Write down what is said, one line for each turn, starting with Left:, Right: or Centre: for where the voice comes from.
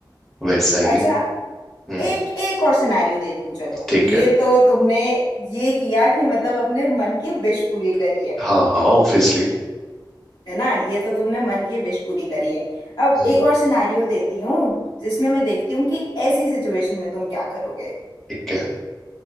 Centre: वैसा
Left: अच्छा
Centre: ही हम्म
Left: एक एक और सिनेरियो देती हूँ चलो
Centre: ठीक
Left: ये
Centre: है
Left: तो तुमने ये किया कि मतलब अपने मन की विश पूरी करी है
Centre: हाँ हाँ ऑब्वियसली
Left: है ना ये तो तुमने मन की विश पूरी करी है अब
Centre: हम्म
Left: एक और सिनेरियो देती हूँ जिसमें मैं देखती हूँ कि ऐसी सिचुएशन में तुम क्या करोगे
Centre: ठीक है